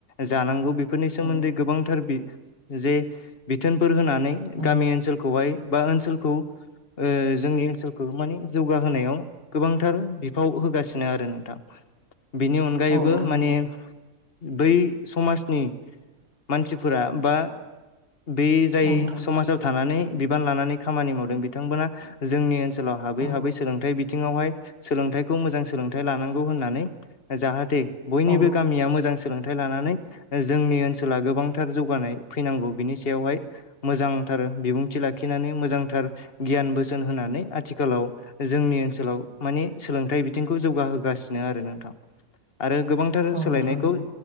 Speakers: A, on the left (about 45°); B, on the left (about 15°).
A: जानांगौ बेफोरनि सोमोन्दै
B: औ
A: गोबांथार जे बिथोनफोर होनानै
B: नोंथां
A: गामि ओनसोलखौहाय बा ओनसोलखौ ओ जोंनि ओनसोलखौ मानि जौगाहोनायाव गोबांथार बिफाव होगासिनो आरो नोंथां बिनि अनगायैबो
B: औ नोंथां औ उम औ नोंथां
A: माने
B: नंगौ
A: बै समाजनि मानसिफोरा बा बे जाय
B: औ नोंथां
A: समाजाव थानानै बिबान लानानै खामानि मावदों बिथांमोना जोंनि ओनसोल ओ हाबै
B: औ
A: हाबै सोलोंथाइथि बिथिङावहाय सोलोंथाइखौ मोजां सोलोंथाइ लानांगौ होननानै जाहाथे बयनिबो
B: औ
A: गामिया मोजांसो सोलोंथाइ लानानै जोंनि ओनसोला गोबांथार जौगानाय फैनांगौ बिनि सायावहाय मोजांथार बिबुंथि लाखिनानै मोजांथार गियान बोसोन होनानै आथिखालाव जोंनि ओनसोलाव मानिे सोलोंथाइ बिथिंखौ जौगाहोगासिनो आरो नोंथां आरो गोबां ओ
B: नोंथां औ नोंथां
A: सोलायनायखौ
B: नंगौ